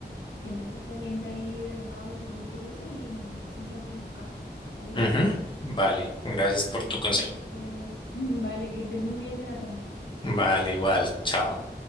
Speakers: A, on the left; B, on the left.
A: siempre estés pendiente ahí de los autos, los cruces y mantén siempre con tu casco, ¿vale?
B: Ujú, Vale, gracias por
A: Entonces,
B: tu consejo.
A: <laughs> vale, que estés muy bien, Jonathan.
B: Vale, igual, chao.